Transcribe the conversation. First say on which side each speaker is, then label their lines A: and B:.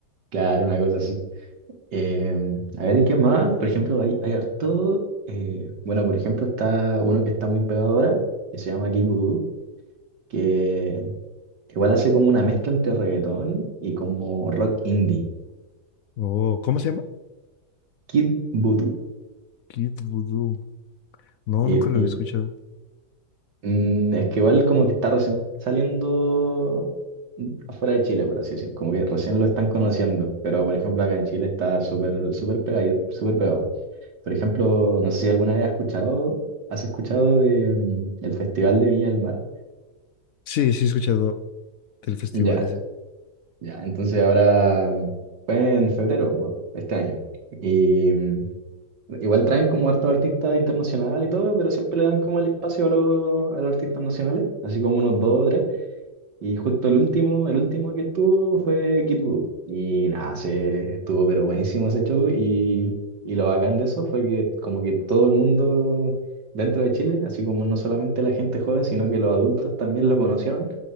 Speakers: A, on the right; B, on the left.
A: Claro, una cosa así. Eh, a ver, ¿y qué más? Por ejemplo, hay, hay harto, eh, bueno, por ejemplo, está uno que está muy pegado ahora, que se llama Kid Voodoo, que igual hace como una mezcla entre reggaetón y como rock indie.
B: Oh, ¿cómo se llama?
A: Kid Voodoo.
B: Kid Voodoo. No,
A: Eh,
B: nunca lo
A: eh,
B: había escuchado.
A: mm, es que igual como que está recién saliendo afuera de Chile, por así decir. Como que recién lo están conociendo. Pero por ejemplo acá en Chile está súper súper pegado, súper pegado. Por ejemplo, no sé si alguna vez has escuchado, has escuchado de, mm, el Festival de Viña del Mar.
B: Sí, sí he escuchado del festival
A: Ya,
B: ese.
A: ya. Entonces ahora mm, fue en febrero, po, este año. Y mm, Igual traen como hartos artistas internacionales y todo, pero siempre le dan como el espacio a los, a los artistas nacionales, así como unos dos o tres. Y justo el último, el último que estuvo fue Kid Voodoo. Y nada, se estuvo pero buenísimo ese show. Y, y lo bacán de eso fue que como que todo el mundo dentro de Chile, así como no solamente la gente joven, sino que los adultos también lo conocieron.